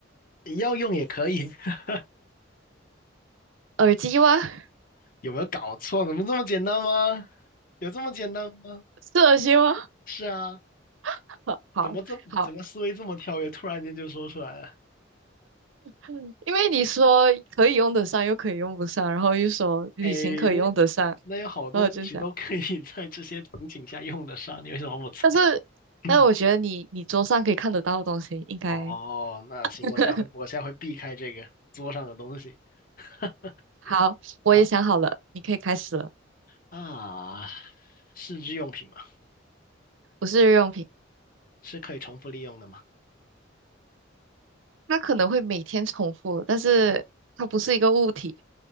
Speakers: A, on the left; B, on the right.
A: 要用也可以。<laughs>
B: 耳机吗？<laughs>
A: 有没有搞错？怎么这么简单吗？有这么简单吗？
B: 是耳机吗？
A: 是啊，
B: <laughs> 好好好，
A: 怎么这怎么思维这么跳跃？突然间就说出来了。
B: 嗯因为你说可以用得上，又可以用不上，然后又说旅行可以用得上，
A: 哎，那那有好多东西都可以
B: 然后我就想。
A: <laughs> 在这些情景下用得上，你为什么不猜？
B: 但是，
A: <clears throat>
B: 但是我觉得你你桌上可以看得到的东西应该
A: 哦，那行，
B: <laughs>
A: 我下回我下回避开这个桌上的东西 <laughs>
B: 好。我也想好了，
A: 啊
B: 你可以开始了。
A: 啊，是日用品吗？
B: 不是日用品，
A: 是可以重复利用的吗？
B: 它可能会每天重复，但是它不是一个物体